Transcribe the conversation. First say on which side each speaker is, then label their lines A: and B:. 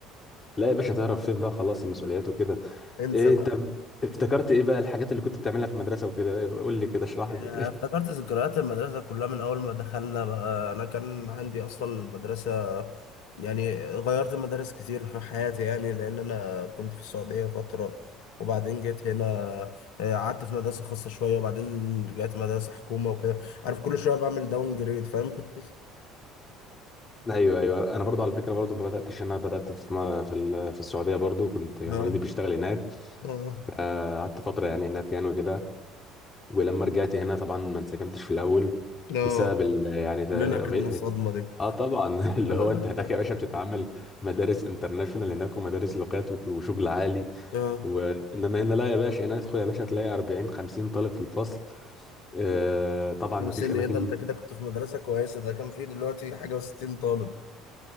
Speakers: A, on the left; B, on the left.
A: لا يا باشا تعرف فين بقى خلاص المسؤوليات وكده
B: <laughs> انسى
A: إيه انت افتكرت ايه بقى الحاجات اللي كنت بتعملها في المدرسه وكده إيه، قول لي كده اشرح لي
B: آه، افتكرت ذكريات المدرسة كلها من أول ما دخلنا بقى أنا كان عندي أصلا مدرسة يعني غيرت مدارس كتير في حياتي يعني لأن أنا كنت في السعودية فترة وبعدين جيت هنا آه، قعدت في مدرسة خاصة شوية وبعدين رجعت مدرسة حكومة وكده عارف كل شوية بعمل داون جريد فاهم <laughs>
A: <laughs> ايوه ايوه انا برضو على فكره برضو ما بداتش انا بدات في م- في ال- في السعوديه برضو كنت يعني
B: اه
A: والدي بيشتغل هناك
B: اه
A: آه، قعدت فتره يعني هناك يعني وكده ولما رجعت هنا طبعا ما انسجمتش في الاول
B: آه.
A: بسبب ال... يعني ده
B: كلنا
A: غير
B: خدنا الصدمة دي
A: اه طبعا <laughs> اللي
B: اه
A: هو انت هناك يا باشا بتتعامل مدارس انترناشونال هناك ومدارس لغات وك- وشغل عالي
B: آه.
A: وانما هنا لا يا باشا هنا ادخل يا باشا هتلاقي 40 50 طالب في الفصل آه طبعا
B: 50
A: ما فيش اماكن
B: ايه ده انت كده كنت في مدرسة كويسة ده كان فيه دلوقتي حاجة و60 طالب